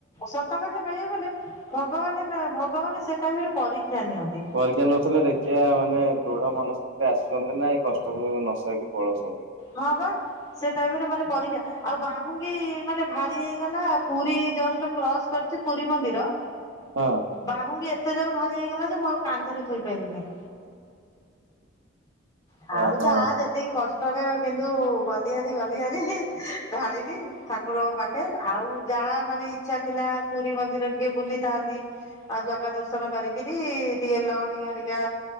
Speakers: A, on the left; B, on the right.
A: ସତ କଥା କହିବା ଗଲେ ଭଗବାନ ନା ଭଗବାନ ସେ ଟାଇମରେ ପରୀକ୍ଷା ନିଅନ୍ତି।
B: ପରୀକ୍ଷା ନଉଥିଲେ ଦେଖିବା ମାନେ ଦୃଢ ମନ ସ ରେ ଆସୁଛନ୍ତି ନା ଏଇ କଷ୍ଟକୁ ନସଇକି ପଳଉଛନ୍ତି।
A: ହଁ ବା ସେ ଟାଇମରେ ମାନେ ପରୀକ୍ଷା ଆଉ ବାହୁଙ୍ଗୀ ମାନେ ଭାରି ହେଇଗଲା ପୁରୀ ଜଷ୍ଟ କ୍ରସ୍ କରିଛି ପୁରୀ ମନ୍ଦିର।
B: ହଁ
A: ବାହୁଙ୍ଗି ଏତେ ଜୋର ଭାରି ହେଇଗଲା ଯେ ମୁଁ ଆଉ କାନ୍ଧରେ ଥୋଇପାରିଲିନି। ହଉ
B: ଓହୋ
A: ଯା ଯେତ୍ ଏତିକ କଷ୍ଟରେ କିନ୍ତୁ ଗଲି ହାରି ଗଲି ହାରି ଢାଳିଲି ଠାକ୍ ରକଂପାଖେ ଆଉ ଯାହା ମାନେ ଇଚ୍ଛା ଥିଲା ପୁରୀ ମନ୍ଦିର ଟିକେ ବୁଲିଥାନ୍ତି। ଆଉ ଜଗା ଦର୍ଶନ କରିକିରି ଟିକେ ଲହଢି ଘରିକା